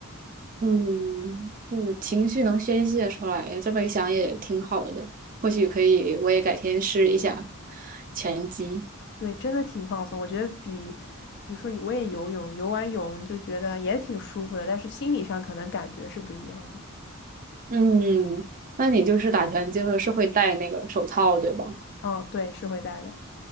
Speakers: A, on the right; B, on the left.
A: 嗯，就是情绪能宣泄出来呀，这么一想也挺好的。或许可以，我也改天试一下拳击。
B: 对，真的挺放松。我觉得比，比如说我也游泳，游完泳就觉得也挺舒服的，但是心理上可能感觉是不一样的。
A: 嗯，那你就是打拳就是是会戴那个手套，对吧？
B: 哦，对，是会带的。